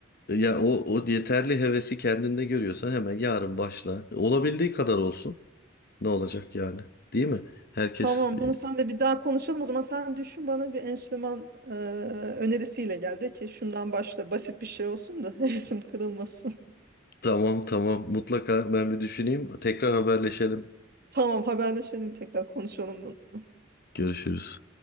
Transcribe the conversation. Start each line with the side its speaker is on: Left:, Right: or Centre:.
Left: Ya o, o yeterli hevesi kendinde görüyorsan hemen yarın başla. Olabildiği kadar olsun. Ne olacak yani? Değil mi? Herkes
Right: Tamam bunu
Left: e,
Right: sen de bir daha konuşalım o zaman sen düşün bana bir enstrüman e, önerisiyle gel de ki şundan başla basit bir şey olsun da <laughs> hevesim kırılmasın.
Left: tamam tamam mutlaka ben bir düşüneyim. Tekrar haberleşelim.
Right: Tamam haberleşelim tekrar konuşalım bunu.
Left: Görüşürüz.